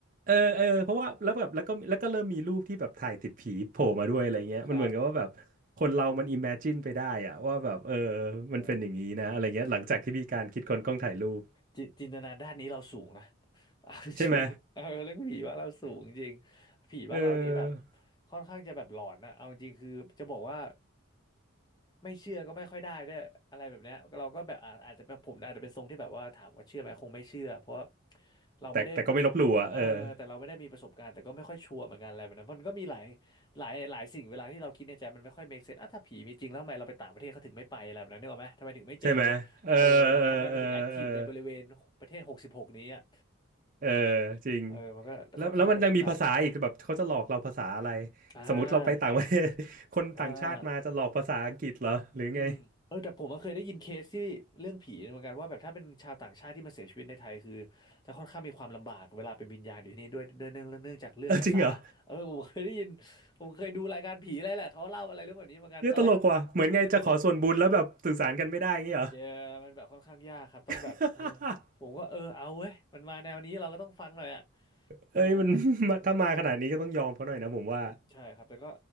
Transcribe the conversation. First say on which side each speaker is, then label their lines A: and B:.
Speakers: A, on the right; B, on the left.
A: เออเออเพราะว่าแล้วแบบแล้วก็แล้วก็เริ่มมีรูปที่แบบถ่ายติดผีโผล่มาด้วยอะไรเงี้ยมันเหมือนกับว่าแบบ
B: <laughs> ครับ
A: คนเรามัน imagine ไปได้อะว่าแบบเออ
B: โห
A: มันเป็นอย่างนี้นะอะไรเงี้ยหลังจากที่มีการคิดค้นกล้องถ่ายรูป
B: จิจิง จินจินตนาด้านนี้เราสูงนะ <laughs> เอาจริงเออเรื่องผีบ้านเราสูงจริง
A: ใช่ไหม
B: ผีบ้านเรานี่แบบ
A: เออ
B: ค่อนข้างจะแบบหลอนนะเอาจริงคือจะบอกว่าไม่เชื่อก็ไม่ค่อยได้ด้วยอะไรแบบเนี้ยเราก็แบบอาจอาจจะเป็นผมอาจจะเป็นทรงที่แบบว่าถามว่าเชื่อไหมคงไม่เชื่อเพราะว่าเราไม่ได้
A: แต่แต่ก็ไม่ลบหลู่อ่ะเออ
B: เออแต่เราไม่ได้มีประสบการณ์แต่ก็ไม่ค่อยชัวร์เหมือนกันอะไรแบบนั้นเพราะมันก็มีหลายหลายหลายสิ่งเวลาที่เราคิดในใจมันไม่ค่อย make sense อ่ะถ้าผีมีจริงแล้วทำไมเราไปต่างประเทศเขาถึงไม่ไปอะไรแบบนั้นนึกออกไหมทำไมถึงไม่เจอ
A: ใช่ไหมเออเออเออเออ
B: เออทำไมมันถึงแอคทีฟในบริเวณประเทศหกสิบหกนี้อ่ะ
A: เออจริง
B: เออมันก็ค่อนข้างแบบครับ
A: แล้วแล้วมันยังมีภาษาอีกแบบเขาจะหลอกเราภาษาอะไร
B: อ่
A: สมมติเราไปต่างประเทศ
B: า
A: <laughs> คนต่างชาติมาจะหลอกภาษาอังกฤษเหรอหรือไง
B: อ่าอืมเออแต่ผมก็เคยได้ยินเคสที่เรื่องผีเหมือนกันว่าแบบถ้าเป็นชาวต่างชาติที่มาเสียชีวิตในไทยคือจะค่อนข้างมีความลำบากเวลาเป็นวิญญาณอยู่ที่นี่ด้วยด้วยเนื่องเนื่องจากเรื่องภาษาเออผมเคยได้ยิน
A: เออจริงเหรอ
B: ผมเคยดูรายการผีอะไรแหละเขาเล่าอะไรเรื่องแบบนี้เหมือนกันตอนแรกก็ดูดูจะตลก
A: เยอะตลกว่ะเหมือนไงจะขอส่วนบุญแล้วแบบสื่อสารกันไม่ได้อย่างงี้เหรอ
B: เยอะมันแบบค่อนข้างยากครับต้องแบบเออ
A: <laughs>
B: ผมก็เออเอาเว้ยมันมาแนวนี้เราก็ต้องฟังหน่อยอ่ะเออ
A: เอ้ยมัน <laughs> มาถ้ามาขนาดนี้ก็ต้องยอมเขาหน่อยนะผมว่า
B: ใช่ครับแต่ก็